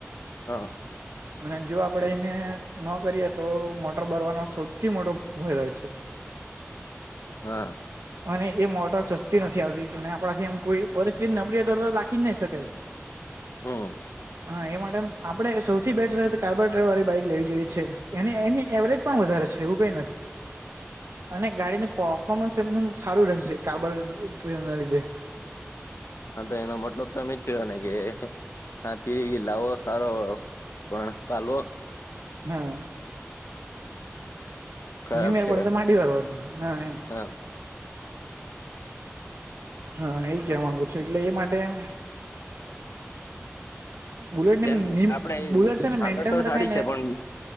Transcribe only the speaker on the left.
હા
હા.
હ
હા તો એનો મતલબ તો એમે થયો ને કે હા થી લાવો સારો પણ પાલવો
ખરાબ
છે
હા
જેમ આપડે
પાગત
તો
સાડી
છે પણ